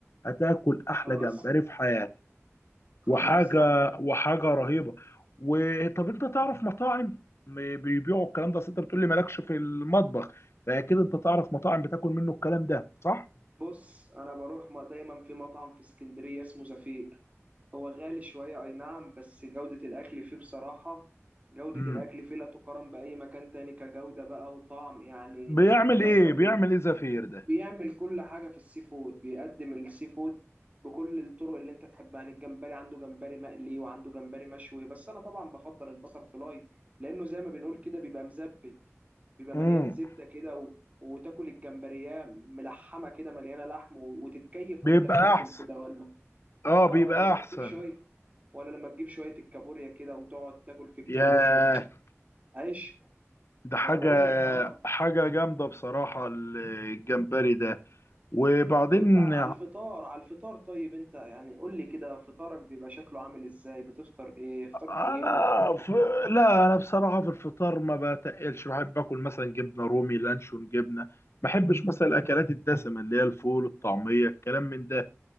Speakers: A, on the left; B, on the right.
A: هتاكل احلى
B: خلاص
A: جمبري في حياتك وحاجه
B: خلاص يا عم
A: وحاجه
B: بر-
A: رهيبه وطب انت تعرف مطاعم م- بيبيعوا الكلام ده أصل انت بتقول لي مالكش في المطبخ فاكيد انت تعرف مطاعم بتاكل منه الكلام ده صح
B: بص انا بروح ما دايما في مطعم في اسكندريه اسمه زفير هو غالي شويه اي نعم بس جوده الاكل فيه بصراحه جوده
A: امم
B: الاكل فيه لا تقارن باي مكان تاني كجوده بقى وطعم يعني
A: بيعمل
B: يعني
A: ايه
B: مثلا
A: بيعمل ايه زفير ده
B: بيعمل كل حاجة في السي فود بيقدم السي فود بكل الطرق اللي انت تحبها يعني الجمبري عنده جمبري مقلي وعنده جمبري مشوي بس انا طبعا بفضل البتر فلاي لانه زي ما بنقول كده بيبقى مزبت بيبقى
A: امم
B: مليان زبدة كده و... وتاكل الجمبرية ملحمة كده مليانة لحم و... وتتكيف
A: بيبقى
B: وانت بتاكل
A: احسن
B: كده ولا
A: اه
B: اه
A: بيبقى
B: ولا لما
A: احسن
B: تجيب شوية ولا لما تجيب شوية الكابوريا كده وتقعد تاكل في الكابوريا
A: ياه
B: عيش
A: ده حاجة
B: ما انا بقول لك اه
A: حاجة جامدة بصراحة الجمبري ده وبعدين
B: طب انت على الفطار على الفطار طيب انت يعني قول لي كده فطارك بيبقى شكله عامل ازاي بتفطر ايه فطار
A: أنا
B: تقيل ولا فطار
A: في
B: خفيف؟
A: لا أنا بصراحة في الفطار ما بتقلش بحب آكل مثلا جبنة رومي لانشون جبنة ما بحبش مثلا الأكلات الدسمة اللي هي الفول الطعمية الكلام من ده